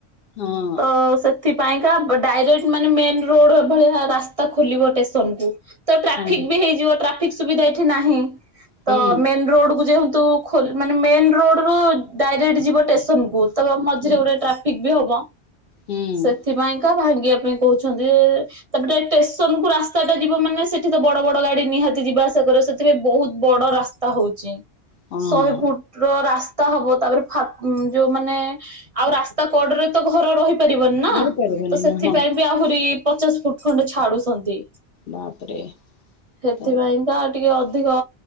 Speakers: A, on the left (about 60°); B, on the right (about 35°).
A: ହଁ
B: ତ ସେଥିପାଇଁକା ଡାଇରେକ୍ଟ ମାନେ ମେନ୍ ରୋଡ ଭଳିଆ ରାସ୍ତା ଖୋଲିବ ଷ୍ଟେସନକୁୁ ତ ଟ୍ରାଫିକ
A: ହଁ
B: ବି ହେଇଯିବ ଟ୍ରା ଠିକ୍ ସୁବିଧା ଏଠି ନାହିଁ।
A: ହୁଁ
B: ତ ମେନ୍ ରୋଡ କୁ ଯେହେ ତୁ ଖୋଲ୍ ମାନେ ମେନ୍ ରୋଡ ରୁ ଡାଇରେକ୍ଟ ଯିବ ଷ୍ଟେସନକୁୁ ତ ମଝିରେ
A: ହୁଁ
B: ଗୋଟେ ଟ୍ରାଫିକ୍ ଏମିତି ହବ।
A: ହୁଁ
B: ସେଥିପାଇଁକା। ଭାଙ୍ଗିବା ପାଇଁ କହୁଛନ୍ତି ଏ ତାପଟେ ଷ୍ଟେସନ କୁ ରାସ୍ତା ଟା ଯିବ ମାନେ ସେଠି ତ ବଡ ବଡ ଗାଡି ନିହାତି ଯିବା ଆସିବା କରିବ ବହୁତ ବଡ ରାସ୍ତା। ତା ହଉଛି।
A: ହଁ
B: ଶହେ ଫୁଟ ର ରାସ୍ ତା ହେବ ତାପରେ ଫାଟ ଯୋଉ ମାନେ ଆଉ ରାସ୍ତା କଡରେ ତ ଗ ଘର ରହି ପାରିବନି ନା
A: ଯାଇପାରିବନି
B: ତ ସେଥିପାଇଁ
A: ନା ହଁ
B: ବି ଆହୁରି ପଚାଶ ଫୁଟ ଖଣ୍ଡେ ଛାଡୁଛନ୍ତି।
A: ବାପରେ
B: ସେଥିପାଇଁକା
A: ତ
B: ଟିକେ ଅଧିକ